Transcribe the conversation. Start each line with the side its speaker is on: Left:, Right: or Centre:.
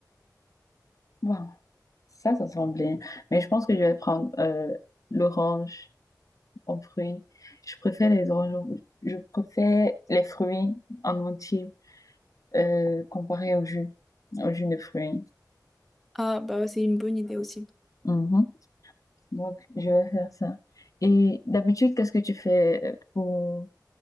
Left: bon, ça, ça sent bien. Mais je pense que je vais prendre euh, l'orange en fruits. Je préfère les oranges, en- je préfère les fruits en entier euh, comparé au jus, au jus de fruits.
Centre: Ah, bah c'est une bonne idée aussi.
Left: Mhm. Donc, je vais faire ça. Et d'habitude, qu'est-ce que tu fais euh, pour